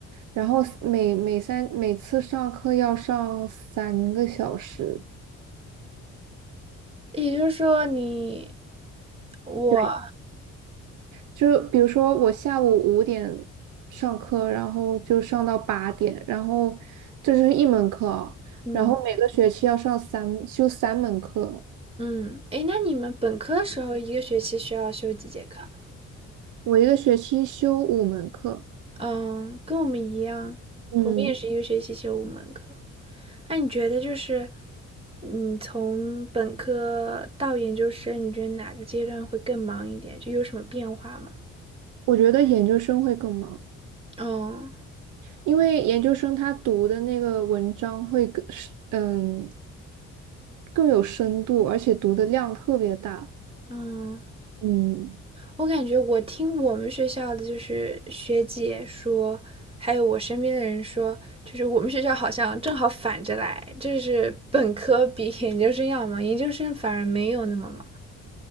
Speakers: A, on the right (about 80°); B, on the right (about 20°).
A: 然后每每三每次上课要上三个小时。
B: 也就是说你我，
A: 对。就是比如说我下午五点上课，然后就上到八点，然后这是一门课啊，
B: 嗯
A: 然后每个学期要上三，修三门课，
B: 嗯，哎，那你们本科的时候一个学期需要修几节课啊？
A: 我一个学期修五门课。
B: 嗯，跟我们一样，
A: 嗯，
B: 我们也是一个学期修五门课。那你觉得就是，嗯，从本科到研究生，你觉得哪个阶段会更忙一点？就有什么变化吗？
A: 我觉得研究生会更忙，
B: 嗯。
A: 因为研究生他读的那个文章会更，嗯，更有深度，而且读的量特别大。
B: 嗯，
A: 嗯，
B: 我感觉我听我们学校的就是学姐说，还有我身边的人说，就是我们学校好像正好反着来，就是本科比研究生要忙，研究生反而没有那么忙。